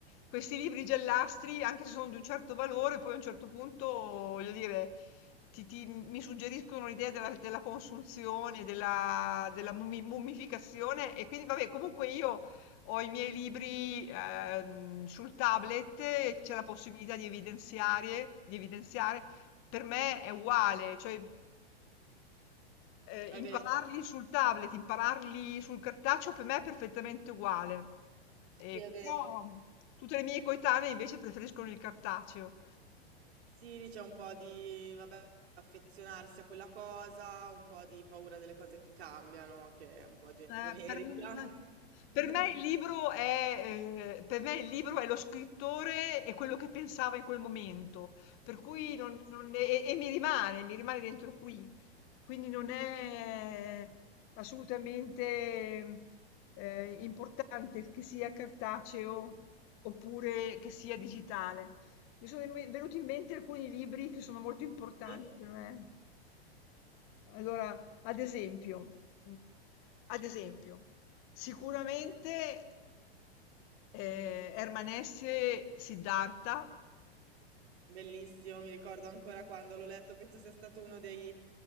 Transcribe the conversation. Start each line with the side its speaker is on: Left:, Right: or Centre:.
Left: questi libri giallastri, anche se sono di un certo valore, poi a un certo punto, voglio dire, ti ti mi suggeriscono l'idea della della consunzione, della della mummi mummificazione e quindi vabbè, comunque io ho i miei libri, ehm, sul tablet e c'è la possibilità di evidenziarie di evidenziare. Per me è uguale, cioè Ehm,
Right: È
Left: impararli
Right: vero.
Left: sul tablet, impararli sul cartaceo per me è perfettamente uguale.
Right: Sì,
Left: E
Right: è vero.
Left: però mm, tutte le mie coetanee invece preferiscono il cartaceo.
Right: Sì, lì c'è un po' di, vabbè, affezionarsi a quella cosa, un po' di paura delle cose che cambiano, che è un po' gen-
Left: Eh,
Right: generica.
Left: per n
Right: <laughs>
Left: per me il libro è ehm, per me il libro è lo scrittore e quello che pensava in quel momento, per cui non non e e mi rimane, mi rimane dentro qui. Quindi non è assolutamente, ehm, importante che sia cartaceo oppure che sia digitale. Mi sono in me venuti in mente alcuni libri che sono molto importanti
Right: Sì,
Left: per me. Allora ad esempio, mh, ad esempio, sicuramente eh, Herman Hesse, Siddhartha.
Right: bellissimo, mi ricordo ancora quando l'ho letto, penso sia stato uno dei,